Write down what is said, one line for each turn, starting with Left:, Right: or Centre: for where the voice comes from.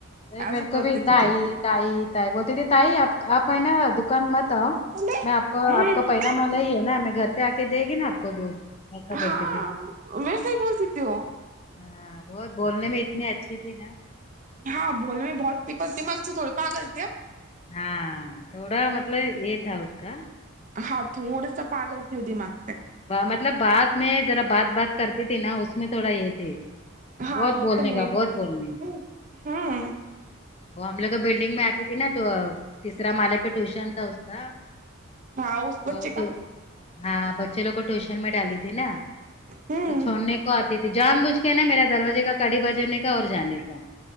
Left: اے
Right: ایسا
Left: میرے
Right: کرتی
Left: کو بھی
Right: تھی
Left: تائی
Right: تھی
Left: تائی تائی بولتی تھی تائی آپ آپ ہے نا دک دکان مت آؤں
Right: ہوں
Left: میں آپ کا آپ کا پہلا مالا ہی ہے نا ہمیں گھر پہ آ کے دے گی نا آپ کو دو کیسا بولتی
Right: ہاں
Left: تھی
Right: ویسے ہی بولتی تھی وہ
Left: ہاں بہت بولنے میں اتنی اچھی تھی نا
Right: ہاں بولنے میں بہت تھی پر دماغ سے تھوڈی پاگل تھی ہاں
Left: ہاں تھوڑا مطلب یہ تھا اس کا
Right: ہاں تھوڑا سا پاگل تھے دماغ سے
Left: مطلب بعد میں ذرا بات بات کرتی تھی نا اس میں تھوڑا یہ تھی
Right: ہاں
Left: بہت
Right: وہ
Left: بولنے
Right: تو ہے
Left: کا بہت بولنے
Right: ہوں
Left: کا
Right: ہوں
Left: وہ ہم لوگ کے بلڈنگ میں آتی تھی نا تو تیسرا مالے پہ ٹیوشن تھا اس کا
Right: ہاں اس بچے
Left: اور تو-
Right: کا
Left: ہاں بچے لوگ کو ٹیوشن میں ڈالی تھی نا
Right: ہوں
Left: تو چھوڑ نے آتی تھی جان بوجھ کے نا میرا دروازے کا کڑی بجانے کا اور جانے کا